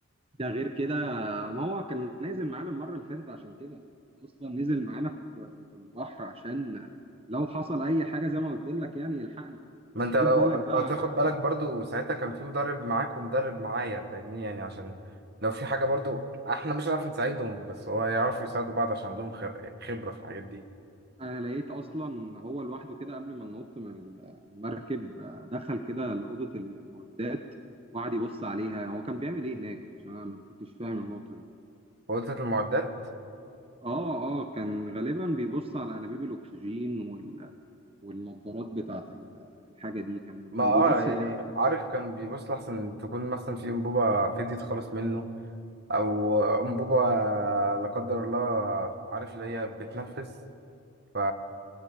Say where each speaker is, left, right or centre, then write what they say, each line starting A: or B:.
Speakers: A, on the right (about 30°); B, on the right (about 55°).
A: ده غير كده ما هو كان نازل معانا المره اللي فاتت عشان كده يعني هو اصلا نزل معانا في في البحر عشان لو حصل اي حاجه زي ما قلت لك يعني يلحقنا
B: ما
A: بس
B: انت
A: خد
B: لو
A: بالك بقى
B: لو تاخد بالك برضو ساعتها كان في مدرب معاك ومدرب معايا فاهمني يعني عشان لو في حاجة برضو احنا مش هنعرف نساعدهم بس هو يعرفوا يساعدوا بعض عشان عندهم خبر- خبرة في الحاجات دي
A: انا لقيت اصلا هو لوحده كده قبل ما ننط من المركب آه، دخل كده لاوضه المعدات وقعد يبص عليها هو كان بيعمل ايه هناك عشان انا ما كنتش فاهم النقطه دي
B: وقلت المعدات
A: اه اه كان غالبا بيبص على انابيب الاكسجين وال... والنضارات بتاعه ال- الحاجه دي كان
B: ما
A: كان
B: اه
A: بيبص
B: يعني
A: ليه
B: عارف كان بيبص لحسن تكون مثلا في انبوبة فديت خالص منه او انبوبة لا قدر الله عارف اللي هي بتنفس ف